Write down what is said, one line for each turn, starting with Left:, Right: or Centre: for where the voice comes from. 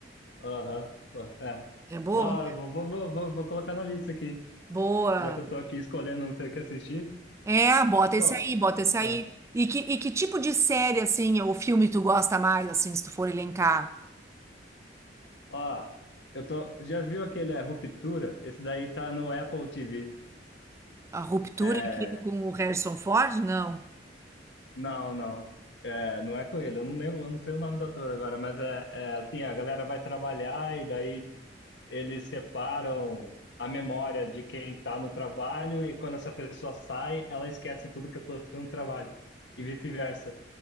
Left: Aham, pô, é.
Right: É bom?
Left: Da hora, vou, vou, vou, vou vou colocar na lista aqui.
Right: Boa.
Left: Já que eu tô aqui escolhendo não sei o que assistir.
Right: É, bota
Left: Pô,
Right: esse aí, bota esse aí.
Left: é.
Right: E que, e que tipo de série, assim, ou filme tu gosta mais, assim, se tu for elencar?
Left: Ó, eu tô. Já viu aquele é, Ruptura? Esse daí tá no Apple TV.
Right: A Ruptura,
Left: É,
Right: aquele com o Harrison Ford? Não.
Left: não, não. É, não é com ele. Eu não lembro, eu não sei o nome do ator agora, mas é, é assim, a galera vai trabalhar e daí eles separam a memória de quem tá no trabalho e quando essa pessoa sai, ela esquece tudo que aconteceu no trabalho. E vice-versa.